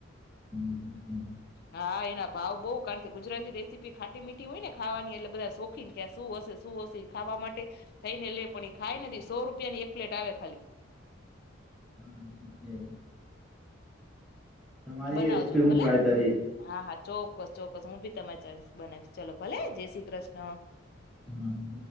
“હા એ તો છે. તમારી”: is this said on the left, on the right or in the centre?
Centre